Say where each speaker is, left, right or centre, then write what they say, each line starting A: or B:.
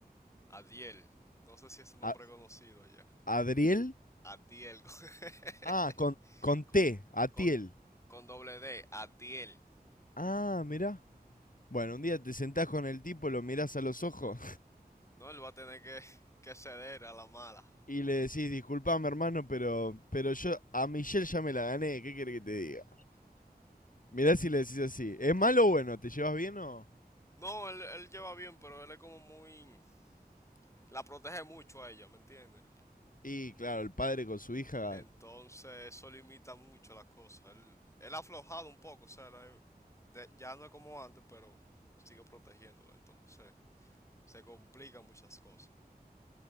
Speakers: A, on the left; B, on the left.
A: Adiel, no sé si es un nombre
B: A-
A: conocido allá.
B: ¿Adriel?
A: Adiel, <laughs>
B: Ah, con, con
A: con,
B: T, Atiel.
A: con- con doble D, Adiel.
B: Ah, mirá. Bueno, un día te sentás con el tipo, lo mirás a los ojos
A: No, él va a tener que, que ceder a la mala.
B: y le decís, disculpame hermano, pero, pero yo a Michelle ya me la gané, ¿qué querés que te diga? Mirás y le decís así, ¿es malo o bueno? ¿Te llevas bien o...?
A: No, él, él lleva bien, pero él es como muy... La protege mucho a ella, ¿me entiendes?
B: Y claro, el padre con su hija
A: Entonces eso limita mucho las cosas. Él, él ha aflojado un poco, o sea, la- de- ya no es como antes, pero sigue protegiéndola. Entonces se complican muchas cosas.